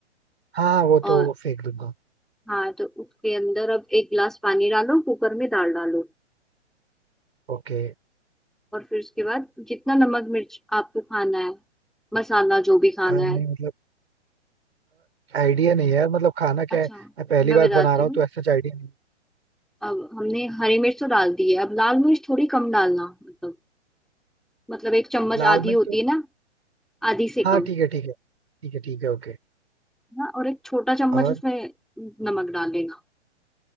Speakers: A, on the right; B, in the centre.
A: हाँ हाँ, वो तो
B: और
A: फेंक दूंगा
B: हाँ तो उसके अंदर अब एक गिलास पानी डालो कुकर में दाल डालो
A: ओके
B: और फिर उसके बाद जितना नमक मिर्च आपको खाना है मसाला जो भी खाना
A: अ, नहीं
B: है
A: मतलब आइडिया नहीं है यार मतलब खाना क्या
B: अच्छा
A: है मैं पहली
B: मैं
A: बार
B: बताती
A: बना रहा
B: हूँ
A: हूँ तो ऐसा आइडिया नहीं
B: अब हमने हरी मिर्च तो डाल दी है अब लाल मिर्च थोड़ी कम डालना मतलब मतलब एक चम्मच
A: लाल
B: आधी
A: मिर्च
B: होती
A: तो
B: है ना आधी से
A: हाँ
B: कम
A: ठीक है ठीक है ठीक है ठीक है ओके
B: ना और एक छोटा चम्मच
A: और
B: उसमें नमक डाल लेना